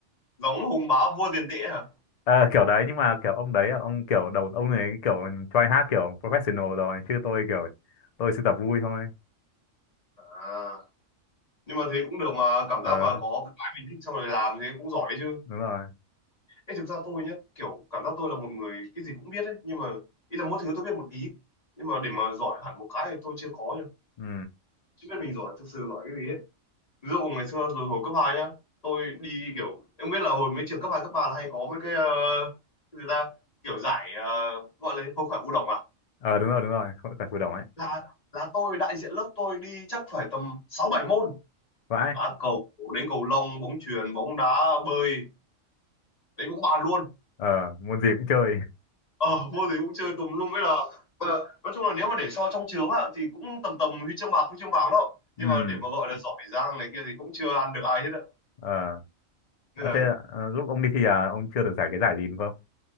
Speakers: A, on the left; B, on the left.
A: giống hùng bá vua tiền tệ hả
B: Ờ, kiểu đấy nhưng mà kiểu ông đấy ông kiểu đầu ông này kiểu try hát kiểu professional rồi chứ tôi kiểu tôi sưu tập vui thôi
A: à, nhưng mà thế cũng được mà cảm
B: ờ
A: giác mà có cái mình thích xong rồi làm thế cũng giỏi đấy chứ
B: đúng rồi
A: Ê, thực ra tôi nhá kiểu cảm giác tôi là một người cái gì cũng biết ấy nhưng mà ý là mỗi thứ tôi biết một tí nhưng mà để mà giỏi hẳn một cái thì tôi chưa có nhá
B: ừ
A: chưa biết mình giỏi thực sự giỏi cái gì ấy ví dụ ngày xưa rồi hồi cấp 2 nhá tôi đi kiểu em biết là hồi mấy trường cấp 2 cấp 3 là hay có mấy cái ờ, cái gì ta kiểu giải ờ, gọi là hội khỏe vũ đồng à
B: ờ đúng rồi đúng rồi hội cả phù đồng ấy
A: là là tôi đại diện lớp tôi đi chắc phải tầm sáu bảy môn
B: vãi
A: đá cầu đến cầu lông bóng chuyền bóng đá bơi đấy cũng bàn luôn
B: ờ môn gì cũng chơi
A: ờ môn gì cũng chơi tùm lum với là và nói chung là nếu mà để so trong trường á thì cũng tầm tầm huy chương bạc huy chương vàng đó
B: ừ
A: nhưng mà để mà gọi là giỏi giang này kia thì cũng chưa ăn được ai hết á
B: ờ Ờ,
A: nên là
B: thế ờ, lúc ông đi thi à ông chưa được giải cái giải gì đúng không